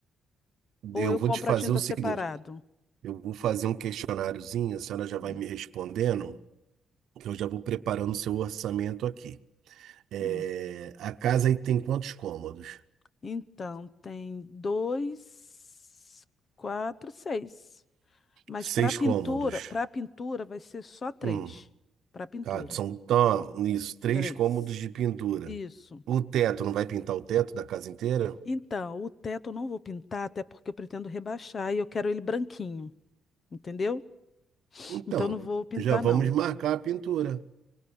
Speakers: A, on the left; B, on the right.
A: Ou
B: Eu
A: eu
B: vou
A: compro
B: te fazer
A: a tinta
B: o seguinte:
A: separado?
B: eu vou fazer um questionáriozinho, a senhora já
A: Hum,
B: vai me respondendo, que eu já vou preparando o seu orçamento aqui. É,
A: hum.
B: a casa aí tem quantos cômodos?
A: Então, tem dois, quatro, seis. Mas
B: Seis
A: para pintura,
B: cômodos.
A: para pintura vai ser só três.
B: Hum.
A: Para pintura,
B: Ah, são tá, isso, três
A: três.
B: cômodos de pintura.
A: Isso.
B: O teto, não vai pintar o teto da casa inteira?
A: Então, o teto eu não vou pintar, até porque eu pretendo rebaixar e eu quero ele branquinho, entendeu?
B: Então,
A: Então não vou pintar,
B: já vamos
A: não.
B: marcar a pintura